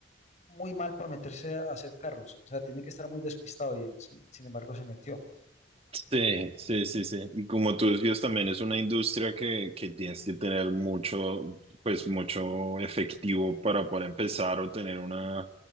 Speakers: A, on the left; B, on the right.
A: muy mal para meterse a hacer carros, o sea, tiene que estar muy despistado y él, sin, sin embargo, se metió.
B: Sí, sí, sí, sí. Y como tú decías, también es una industria que, que tienes que tener mucho, pues mucho efectivo para poder empezar o tener una